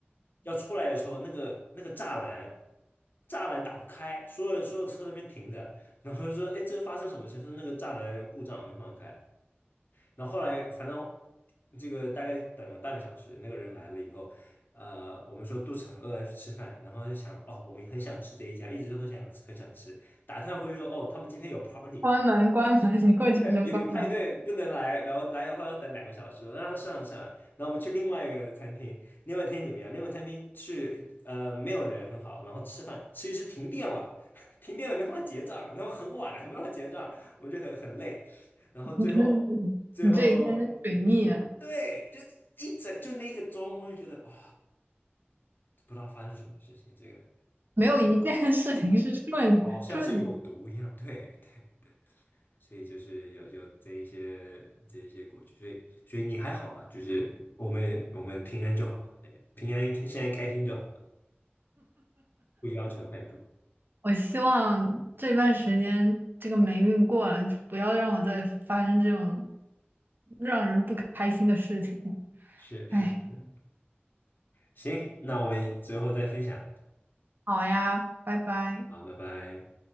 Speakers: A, on the left; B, on the right.
A: 要出来的时候，那个那个栅栏栅栏打不开，所有所有车在那边停着，然后就说，哎，这个发生什么事？他说那个栅栏故障没办法开，然后后来反正这个大概等了半个小时，那个人来了以后，呃，我们说肚子很饿要去吃饭，然后就想哦，我们也很想吃这一家，一直都想很想吃，打探过去说哦，他们今天有 party，
B: 关门，关门，你过去就关门。
A: 对，有有派对不能来，然后来的话要等两个小时，然后算了算了，然后我们去另外一个餐厅，另外餐厅怎么样？另外餐厅去呃没有人很好，然后吃饭吃一吃停电了，<laughs> 停电了没办法结账，然后很晚了还没办法结账，我们就很很累。然后最后
B: <laughs> 你真，
A: 最后
B: 你这一天水逆了，
A: 对，就一整就那个周末就觉得哇，不知道发生什么事情，这个
B: 没有一件事情是顺顺的。
A: 好像是有毒一样。对，对所以就是有有这一些这一些过去，所以所以你还好啦，就是我们我们平安就好，对，平安现在开心就好，不要求太多。
B: 我希望这段时间这个霉运过了，就不要让我再发生这种让人不开心的事情。
A: 是是是，
B: 哎，
A: 行，那我们之后再分享，
B: 好呀，拜拜。
A: 好，拜拜。